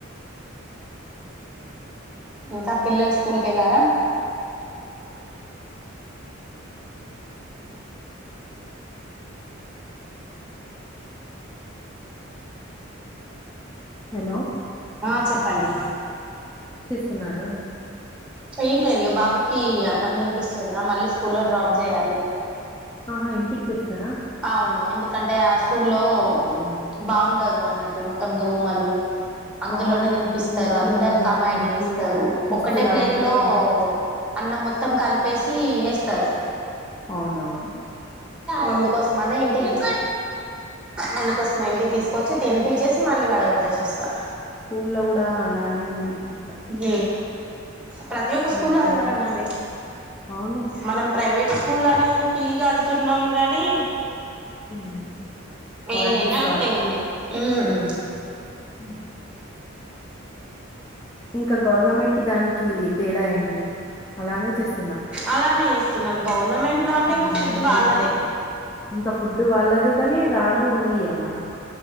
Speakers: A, in the centre; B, on the left.
A: ఇంకా, పిల్లలు స్కూల్ కి వెళ్ళారా.
B: హలో
A: ఆ చెప్పఅండి
B: తున్నారు
A: ఏమ్ లేదు ఇగ బాబుకి అన్నం తినిపిస్తుఅన్నా మళ్ళీ స్కూల్లో డ్రాప్ చేయాలి
B: అ ఇంటికి తిస్తారా
A: అవును ఎందుకంటే ఆ స్కూల్లో బావుండదు అన్నఅట్టు మొత్తం దోమలు అందులోనే
B: అవును.
A: తినిపిస్తారు
B: స్కూల్స్‌లో
A: అందరు
B: అలానే
A: కమాయిండ్
B: ఇప్పుడు
A: చేస్తారు
B: ఫస్ట్
A: ఒక్కటే
B: లాగా
A: ప్లేట్
B: గూడా
A: లో అన్నం మొత్తం కలిపేసి వేస్తారు
B: అవును అవును
A: నందుకోసం అని ఇంటికి తీస్ ముందుకోస్తున్నాయండి ఇంటికి తీసుకొచ్చి తినిపచ్చేసి మళ్ళీ వడగొట్టేసి వస్తా
B: స్కూల్లో కూడా అలానే ఉంది మొత్తం.
A: మ్ ప్రతి ఒక్క స్కూల్
B: ముందులకి
A: అట్లానే ఉంది
B: అవును.
A: మనం ప్రైవేట్ స్కూల్ అని ఫీజ్ కడుతున్నాం గాని
B: హ్మ్. క్వాలిటీస్
A: ఏదైనా అంతే గ్ మరి ఉ
B: అ ఇంకా గవర్నమెంట్ కి దానికి తేడా ఏంటి అలానే చేస్త్
A: అలానే చేస్తున్నారు గవర్నమెంట్ లో అంటే
B: హ్మ్.
A: ఇంకా ఫుడ్
B: ఆ రెండింటికి.
A: వాళ్ళదే
B: ఇంకా ఫుడ్ వాళ్ళదే కానీ వాల్యూ ఇ్యమ్ మనం